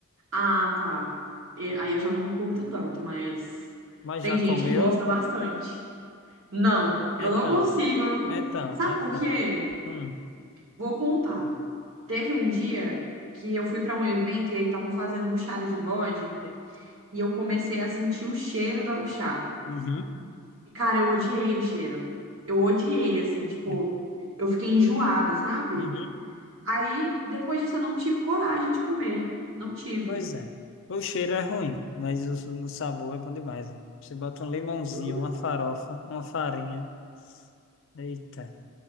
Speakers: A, on the right; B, on the left.
A: Ah, tá. E- aí eu já não curto tanto, mas
B: mas
A: tem
B: já
A: gente
B: comeu?
A: que gosta bastante. Não,
B: Então,
A: eu não consigo. Eu-
B: então,
A: Sabe
B: então.
A: por quê?
B: Hum.
A: Vou contar. Teve um dia que eu fui para um evento e aí estavam fazendo buchada de bode
B: Eita.
A: e eu comecei a sentir o cheiro da buchada.
B: Uhum.
A: E, cara, eu odiei o cheiro. Eu odiei, assim, tipo,
B: É.
A: eu fiquei enjoada, sabe?
B: Uhum.
A: Aí, depois disso, eu não tive coragem de comer. Não tive.
B: Pois é. O cheiro é ruim, mas o, no sabor é bom demais. né? Você bota um limãozinho,
A: Uh,
B: uma farofa, uma farinha. Eita.